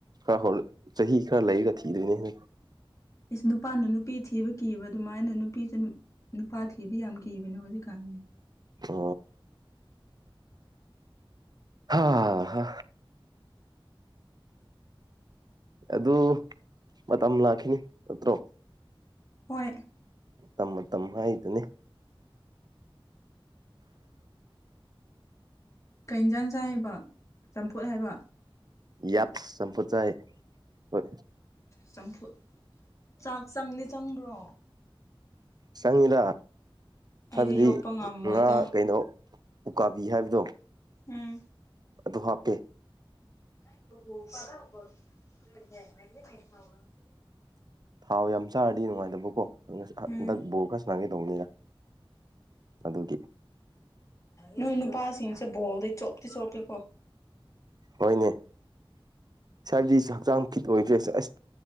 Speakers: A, on the right (about 45°); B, on the left (about 35°).
A: ꯈꯔ ꯍ ꯆꯍꯤ ꯈꯔ ꯂꯩꯔꯒ ꯊꯤꯗꯣꯏꯅꯦ
B: ꯏꯁ ꯅꯨꯄꯥꯅ ꯅꯨꯄꯤ ꯊꯤꯕ ꯀꯤꯕ ꯑꯗꯨꯃꯥꯏꯅ ꯅꯨꯄꯤꯁꯨ ꯅꯨꯄꯥ ꯊꯤꯕ ꯌꯥꯝ ꯀꯤꯕꯅꯦ ꯍꯧꯖꯤꯛꯀꯥꯟꯁꯦ
A: ꯑ
B: ꯎꯝ
A: ꯍ ꯑꯗꯨ ꯃꯇꯝ ꯂꯥꯛꯈꯤꯅꯤ ꯅꯠꯇ꯭ꯔꯣ
B: ꯍꯣꯏ
A: ꯇ ꯃꯇꯝ ꯍꯥꯏꯗꯨꯅꯤ
B: ꯀꯩꯟꯖꯥꯡꯖꯥꯏ ꯍꯥꯏꯕ ꯆꯝꯐꯨꯠ ꯍꯥꯏꯕ
A: ꯌꯥꯠ ꯁꯄ ꯆꯏ ꯍꯣꯏ
B: ꯆꯝꯐꯨ ꯆꯥꯛ ꯆꯪꯂꯤ ꯆꯪꯕ꯭ꯔꯣ
A: ꯆꯪꯉꯤꯗ
B: ꯑꯩꯗꯤ
A: ꯍꯥꯏꯕꯗꯤ
B: ꯌꯣꯠꯄ ꯉꯝꯃꯣꯏꯗ
A: ꯉꯥ ꯀꯩꯅꯣ ꯎꯀꯥꯕꯤ ꯍꯥꯏꯕꯗꯣ
B: ꯎꯝ
A: ꯑꯗꯨ ꯍꯥꯞꯄꯦ
B: <unintelligible>
A: ꯊꯥꯎ ꯌꯥꯝ ꯆꯥꯔꯗꯤ ꯅꯨꯡꯉꯥꯏꯇꯕꯀꯣ ꯍꯟꯗꯛ
B: ꯎꯝ
A: ꯕꯣꯔ ꯈꯔ ꯅꯒꯤ ꯇꯧꯕꯅꯤꯅ ꯑꯗꯨꯒꯤ
B: ꯅꯣꯏ ꯅꯨꯄꯥꯁꯤꯡꯁꯦ ꯕꯣꯜꯗꯩ ꯆꯣꯞꯇꯤ ꯆꯣꯞꯀꯦꯀꯣ
A: ꯍꯣꯏꯅꯦ ꯁ ꯍꯥꯏꯕꯗꯤꯁꯨ ꯍꯛꯆꯥꯡ ꯈꯤꯠ ꯑꯣꯏꯗ꯭ꯔꯦ ꯑꯁ